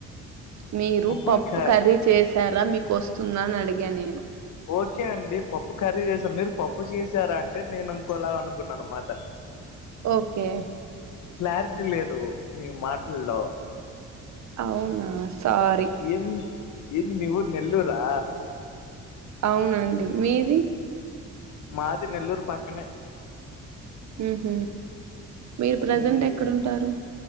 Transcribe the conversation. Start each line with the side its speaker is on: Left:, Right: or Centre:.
Right: మీరు
Left: పప్పుని
Right: పప్పు
Left: క
Right: కర్రీ చేసారా మీకు వస్తుంద అని అడిగాను నేను.
Left: ఓకే అండి పప్పు ఖర్రీ చేస్తాం మీరు పప్పు చేసారా అంటే నేను ఇనుకోలా అను. న్నాన మాట.
Right: ఓకే
Left: క్లారిటీ లేదు మీ మాటల్లో.
Right: అవునా సారీ.
Left: ఇన్ ఏంది మీ ఊరు నెల్లూరా.
Right: అవునండి మీది.
Left: మాది నెల్లూరు పక్కనే.
Right: ఉహు మీరు ప్రజెంట్
Left: ఉమ్,
Right: ఎక్కడ ఉంటారు.